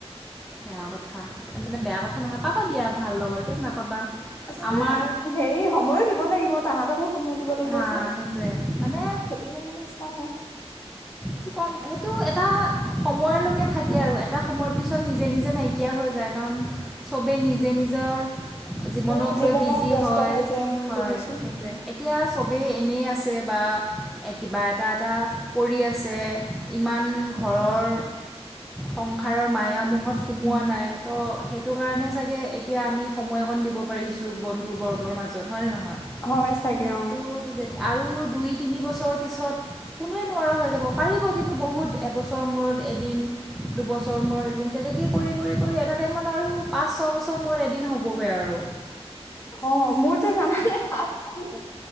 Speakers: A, in the centre; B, on the left.
A: বেয়া কথা, মানে বেয়া কথা নহয়, পাবা দিয়া ভাল লগৰ কিয় নাপাবা।
B: আচলতে
A: আমাৰ
B: হেৰি সময়ো দিব লাগিব, তাহঁতকো সময় দিব লাগিব
A: হা
B: যে
A: সেইটোৱে মানে
B: <unintelligible> মেলি নিচিনা হয়।
A: কি ক'ম, সেইটো এটা সময়লৈকে থাকে আৰু, এটা সময়ৰ পিছত নিজে নিজে নাইকিয়া হৈ যায়। কাৰণ, চবেই নিজে নিজৰ জীৱনক
B: উম, জীৱনত
A: লৈ বিজি
B: ব্যস্ত
A: হয়,
B: হৈ যায় উম,
A: হয়,
B: বুজিছো
A: সেইটোৱেই। এতিয়া চবেই এনেই আছে বা কিবা এটা এটা কৰি আছে ছে ইমান ঘৰৰ সংসাৰৰ মায়া মোহত সোমোৱা নাই, ত' সেইটো কাৰণে চাগে এতিয়া আমি সময় অকণ দিব পাৰিছোঁ বন্ধুবৰ্গৰ মাজত। হয়নে নহয়?
B: হয় চাগে
A: কিন্তু
B: অ',
A: যেত আৰু দুই তিনি বছৰৰ পিছত কোনোৱে নোৱাৰা হৈ যাব। পাৰিব কিন্তু বহুত, এবছৰ মূৰত এদিন। দুবছৰ মূৰত এদিন। তেনেকেই কৰি, কৰি, কৰি এটা টাইমত আৰু পাঁচ ছয়বছৰ মূৰত এদিন হ'বগৈ আৰু।
B: অ' মোৰ যে জানানে হাতখন <unintelligible>